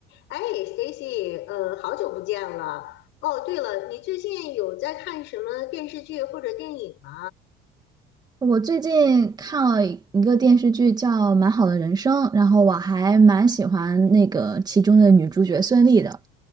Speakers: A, on the left; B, on the right.
A: 哎，Stacy，呃，好久不见了。哦，对了，你最近有在看什么电视剧或者电影吗？
B: 我最近看了一个电视剧叫《蛮好的人生》，然后我还蛮喜欢那个其中的女主角孙俪的。